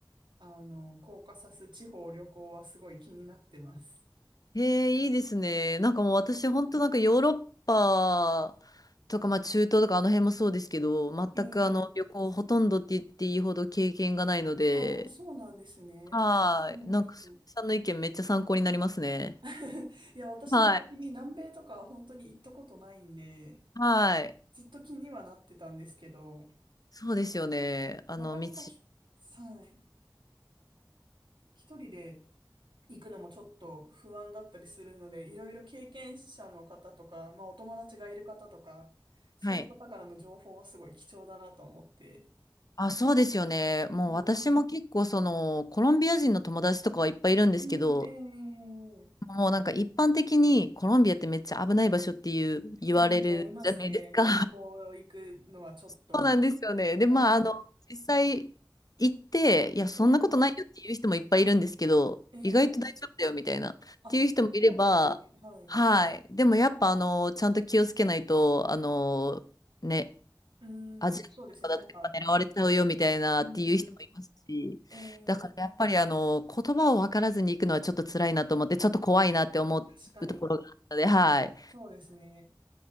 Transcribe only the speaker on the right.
あの、コーカサス地方旅行はすごい気になってます。
ええ
ああー、そうなんですね。
ええ
<laughs> いや、私も逆に南米とかは本当に行ったことないんで、
ずっと気にはなってたんですけど、
なかなかひ、
はい、一人で行くのもちょっと不安だったりするので、いろいろ経験者の方とか、まあお友達がいる方とか、そういう方からの情報はすごい貴重だなと思って。
はい。
うん、ええ
イメージありますね。旅行行くのはちょっと。
ええ
ええええ
あ、そうなんですね。はい。
う
ん、そうですね。なんか、うん、ええ
確かに。
そうですね。